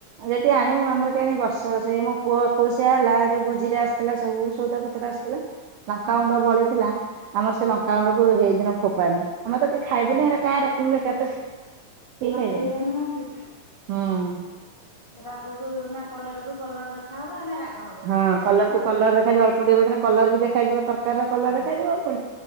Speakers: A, on the right; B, on the left.
A: ଯଦି ଆଣି ମୁଁ ଆମର କି ଆଣି ବର୍ଷ ବଷଇ ମୋ ପୁଅ ଏକୋସିିଆ ହେଲା ଯୋଉ ଭୋଜିରେ ଆସିଥିଲା ସବୁ ସଉଦାପତ୍ର ଆସି ଲଙ୍କାଗୁଣ୍ଡ
B: ହଁ
A: ବଳିଥିଲା ଆମର
B: ହଁ
A: ସେ ଲଙ୍କାଗୁଣ୍ଡ ହେଇ ଦିନ ଫୋଫାନି ଆମେ ତ କେଇ ଖାଇବେନି
B: ହଁ
A: ହେ କାଁ ରଖିମେ ବେକାରଟାରେ କେହି
B: ଆଉ
A: ଖାଇବେନି।
B: ସେଇଆ ନୁହେଁ କି
A: ହୁଁ
B: ରାଗକୁ ନା କଲର କୁ କଲର ଦେଖାହବ ନା ରାଗ ହବନି
A: ହଁ
B: ସଇଲା
A: କଲରକୁ କଲର
B: ହଁ
A: ଦେଖାଯିବ ଅଳ୍ପ ଟିକେ କ କଲର ବି ଦେଖାଯିବ ତରକାରୀ ର କଲର
B: ହଁ
A: ଦେଖାଯିବ